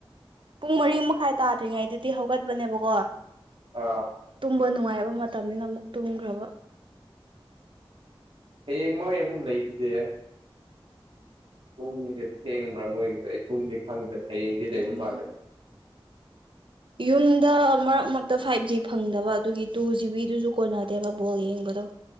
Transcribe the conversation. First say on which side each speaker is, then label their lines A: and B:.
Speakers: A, on the right; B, on the right.
A: ꯄꯨꯡ ꯃꯔꯤ ꯃꯈꯥꯏ ꯇꯥꯗ꯭ꯔꯤꯉꯩꯗꯗꯤ ꯍꯧꯒꯠꯄꯅꯦꯕꯀꯣ
B: ꯑꯥ
A: ꯇꯨꯝꯕ ꯅꯨꯡꯉꯥꯏꯔꯕ ꯃꯇꯝꯅꯤꯅ ꯑꯃꯨꯛ ꯇꯨꯝꯈ꯭ꯔꯕ
B: ꯍꯥꯌꯦꯡ ꯃꯣꯏ ꯑꯃꯨꯛ ꯂꯩꯗꯦ ꯄꯨꯡꯁꯦ ꯊꯦꯡꯕ꯭ꯔꯥ ꯃꯣꯏꯒꯤꯁꯨ ꯑꯩ ꯄꯨꯡꯗꯤ ꯈꯪꯗ꯭ꯔꯦ ꯍꯌꯦꯡꯗꯤ ꯂꯩꯕ
A: ꯎꯝ
B: ꯃꯥꯜꯂꯦ
A: ꯌꯨꯝꯗ ꯃꯔꯛ ꯃꯔꯛꯇ ꯐꯥꯏꯚ ꯖꯤ ꯐꯪꯗꯕ ꯑꯗꯨꯒꯤ ꯇꯨ ꯖꯤ ꯕꯤꯗꯨꯁꯨ ꯀꯣꯟꯅꯗꯦꯕ ꯕꯣꯜ ꯌꯦꯡꯕꯗꯣ